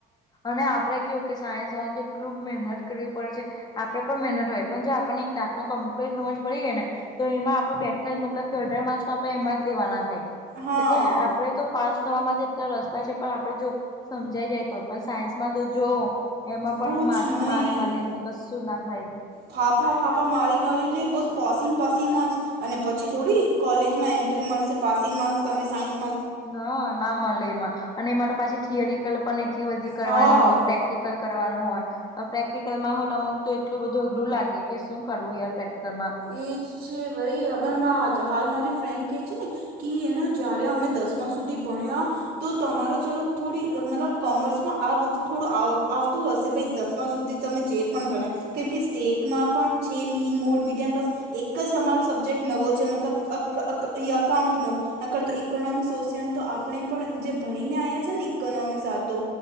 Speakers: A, on the left; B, on the right.
A: અને આપરે કેવું કે સાયન્સ વાન્દ તો એટલું મહેનત કરવી પર છે. આપરે પર મેહનત હોય પન જો આપને એક ડાખલો કમ્પીન હમજ પડી જાય ને તો એમાં આપણ બેઠા હોય મતલબ કે અઢાર માકસ આપડે એમજ લેવાના ઠાય
B: હા
A: એટલે આપરે તો પાસ થવા માજ એટલા રસ્તા છે પણ આપડે જો સમજાઈ જાય તો પણ સાયન્સમાં તો જો એમાં પણ
B: કુછ
A: માથા
B: નહીં
A: મારી મારીને કશું ના થાય.
B: ફાફા ફાફા મારી મારીને બસ પોસિંગ પાસિંગ માકસ અને પછી થોળી કોલેજમાં એન્ટ્રી મળશે પાસિંગ માર્ક્સ તમે સાયન્સ
A: હા ના મલે એમાં અને એ માટો પાછી ઠિયરિકલ પન એટલી બધી કરવાની
B: હા
A: હોય પ્રેક ટિકલ કરવાનું હોય. અહ પ્રેક્ટિકલ માં હો ટો અમાઉટ તો એટલુ બધું અઘરું લાગે કે શું કરવું યાર પ્રેક્ટિકમાં
B: એજ છે ભઈ હબના હાજા હાલ મારી ફ્રેન્ડ કે છે ને કે એનું જયારે હમે દસમા સુધી ભણ્યા તો તમારો ચલો થોડી મતલબ કોમર્સમાં આ બધું થોડું આવ આવતું હશે ભઈ જશ ત્યાં સુધી તમે જે પણ ભણ્યા કેમકે સ્ટેટમાં પણ છે મીન મોળ મીડ જ્યાં બસ એક જ હમારો સબ્જેક નવો છે મતલબ અક અક ઈ કાઉન્ટ નો નકર તો ઈકોનમ સોશિયન તો આપણે પણ જે ભણીને આયા છે ને ઇકોનોમિક્સ આતો